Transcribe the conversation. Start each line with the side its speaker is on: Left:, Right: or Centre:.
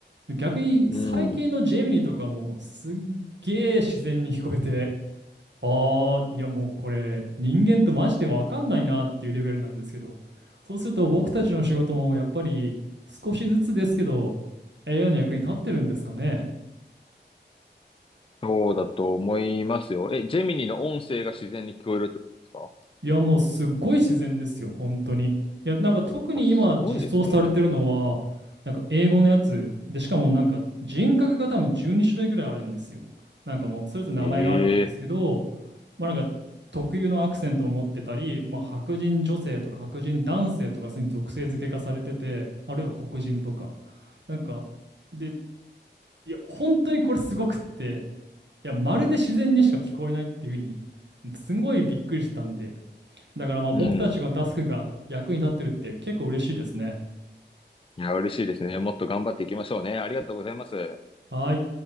Right: 逆に最近のジェミニとかもすっげー自然に聞こえて、
Left: うん。
Right: あー、いやもうこれ人間とマジでわかんないなっていうレベルなんですけど、そうすると僕たちの仕事もやっぱり少しずつですけど、AI の役に立ってるんですかね。
Left: そうだと思いますよ。え、ジェミニの音声が自然に聞こえるってことですか
Right: いや、もうすっごい自然ですよ、本当に。いや、なんか特に今実装されてるのは、
Left: あ、すごいですね。
Right: なんか英語のやつで、しかもなんか人格が多分12種類ぐらいあるんですよ。なんかもうそれぞれ名前があるんですけど、
Left: ええ
Right: まあなんか特有のアクセントを持ってたり、まあ白人女性とか白人男性とかそういう属性付けがされてて、あるいは黒人とか。なんか、で、いや、本当にこれすごくって、いや、まるで自然にしか聞こえないっていうふうに、すごいびっくりしてたんで、だからまあ僕たちのタスクが役に立ってるって結構嬉しいですね。
Left: うん。いや、嬉しいですね。もっと頑張っていきましょうね。ありがとうございます。
Right: はい。